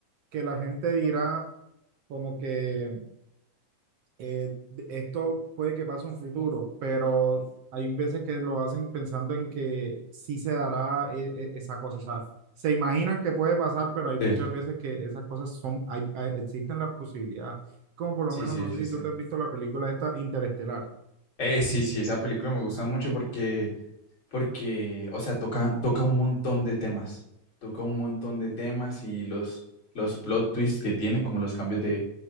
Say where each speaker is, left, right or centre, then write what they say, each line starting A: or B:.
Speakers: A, on the right; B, on the left.
A: que la gente dirá como que eh, esto puede que pase en futuro, pero hay veces que lo hacen pensando en que sí se dará eh, eh, esa cosa. O sea, se imaginan que puede pasar, pero hay
B: Sí,
A: muchas veces que esas cosas son, hay, hay- existen las posibilidades. Como por
B: sí,
A: lo menos,
B: sí,
A: no
B: existe.
A: sé si tú te has visto la película esta Interestelar.
B: Eh, sí, sí, esa película me gusta mucho porque, porque, o sea, toca, toca un montón de temas, toca un montón de temas y los, los plot twists que tienen, como los cambios de